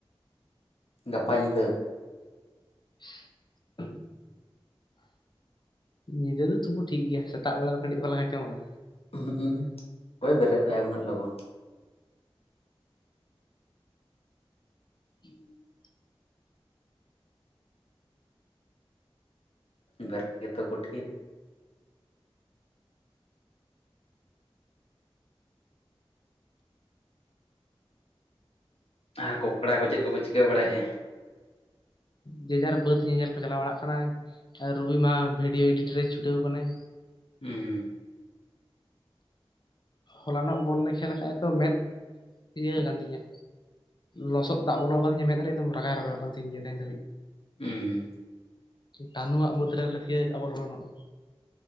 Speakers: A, on the left (about 80°); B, on the left (about 50°).
A: ᱜᱟᱯᱟ ᱧᱤᱫᱟᱹ
B: ᱦ <inaudible> ᱧᱤᱫᱟᱹ ᱫᱚ ᱛᱩᱚᱵᱩ ᱴᱷᱤᱠ ᱜᱮᱭᱟ ᱥᱮᱛᱟᱜ ᱵᱮᱲᱟ ᱫᱚ ᱠᱟᱹᱴᱤᱡ ᱵᱟᱞᱟ ᱠᱷ ᱪᱚᱢᱟ
A: <unintelligible> ᱚᱠᱚᱭ ᱵᱮᱨᱮᱫ ᱟᱭ ᱩᱱᱟᱹᱜ ᱞᱚᱜᱚᱱ
B: <inaudible>
A: ᱵᱮᱨᱮᱛ ᱜᱮᱛᱚ ᱠᱚᱴᱷᱤᱱ ᱟᱨ ᱠᱚ ᱠᱚᱲᱟ ᱠᱚ ᱪᱮᱫ ᱠᱚᱠᱚ ᱪᱤᱠᱟᱹ ᱵᱟᱲᱟᱭᱮᱫᱼᱟ
B: ᱡᱮ ᱡᱟᱦᱟᱨ ᱵᱟᱹᱫᱽ ᱧᱮᱧᱮᱞ ᱠᱚ ᱪᱟᱞᱟᱣ ᱵᱟᱲᱟᱜ ᱠᱟᱱᱟ ᱨᱚᱵᱤ ᱢᱟ ᱵᱷᱤᱰᱭᱳ ᱮᱰᱤ ᱴᱤᱝ ᱨᱮᱭ ᱪᱷᱩᱴᱟᱹᱣ ᱟᱠᱟᱱᱟᱭ
A: ᱦᱩᱸ
B: ᱦᱚᱞᱟᱱᱚᱜ ᱵᱚᱞ ᱞᱮ ᱠᱷᱮᱞ ᱞᱮ ᱠᱟᱷᱟᱱᱡ ᱛᱚ ᱢᱮᱫ ᱤᱭᱟᱹ ᱟᱠᱟᱱ ᱛᱤᱧᱟᱹ ᱞᱚᱥᱚᱫ ᱫᱟᱜ ᱵᱚᱞᱚ ᱠᱟᱫᱤᱧᱟ ᱢᱮᱫ ᱨᱮ ᱮᱫᱚᱢ ᱨᱟᱜᱟᱭ ᱨᱟᱜᱟᱭ ᱠᱟᱱ ᱛᱤᱦᱤᱧ ᱜᱮ ᱛᱮᱧ ᱫᱷᱟᱹᱵᱤᱡ
A: ᱦᱩᱸᱢ
B: ᱠᱟ <unintelligible> ᱹᱦᱩ ᱟᱜ ᱵᱩᱫ ᱨᱮ ᱞᱮᱠᱷ ᱟᱵᱚ <unintelligible>